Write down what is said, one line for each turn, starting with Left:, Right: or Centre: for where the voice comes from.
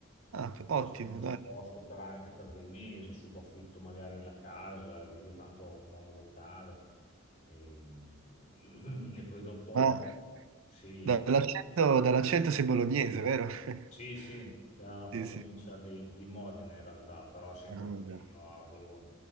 Right: Ah, ottimo,
Left: adesso mi sposto
Right: dai.
Left: per anche per dei mesi, subaffitto magari la casa, io tanto ho un monolocale e, <clears throat> e poi dopo
Right: Ma
Left: sì,
Right: dall'accento
Left: eh,
Right: dall'accento sei bolognese, vero? <laughs>
Left: sì, sì, da
Right: Sì,
Left: provincia
Right: sì.
Left: di, di Modena in realtà, però sempre
Right: Ah, vabbè.
Left: vicino a Bologna.